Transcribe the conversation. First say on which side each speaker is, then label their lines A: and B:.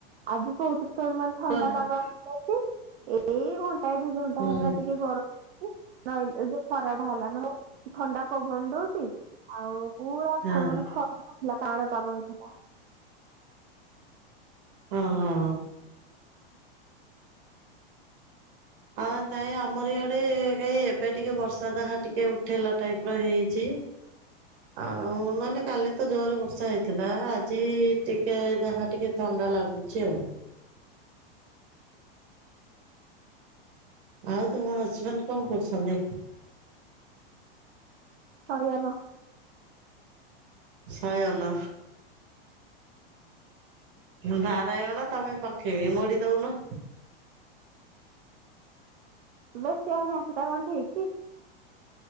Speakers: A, on the right; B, on the right.
A: ଆଜି ବୋହୁତ ତ ମାନେ ଥଣ୍ଡା
B: ହୁଁ
A: ପାଗ ହେଇଚି ଏଇ ଘନ୍ ଟାଏ ଦି ଘଣ୍ଟା
B: ହଁ
A: ହେଲା ଟିକେ ଗରମ ଲାଗୁଚି ନାଇଁ ଏବେ ଖରା ଟା ହେଲା ନହେଲେ ଥଣ୍ଡା ପବନ ଦୋଉଚି ଆଉ ପୁରା
B: ହଁ
A: ଖ ମାନେ ଖରା ନଥିଲା କାଁଳ ପାଗ ହେଇ <unintelligible>
B: ଅଃ ହଁ। ଆଁ ନାଇଁ ଆମର ଇଆଡେ କାଇଁ ଏବେ ଟିକେ ବର୍ଷା ଯାହା ଟିକେ ଉଠେଇଲା ଟାଇପ ର ହେଇଛି।
A: <inaudible>
B: ଆଉ ନହେଲେ କାଲି ତ ଜୋରେ ବର୍ଷା ହେଇଥିଲା ଆଜି ଟିକେ ଯାହା ଟିକେ ଥ ଥଣ୍ଡା ଲାଗୁଛି ଆଉ।
A: <inaudible>
B: ଆଉ ତୁମ ହଜବେଣ୍ଡ କଁ କରୁଛନ୍ତି।
A: ଶୟନ।
B: ଶୟନ। ନାରାୟଣ ତମେ ପକ୍ଷିବି ମୋଡି ଦୋଉନ।
A: ବେଶୀ ଆଉ <unintelligible> ଟା କଣ ଠିକ୍ କି।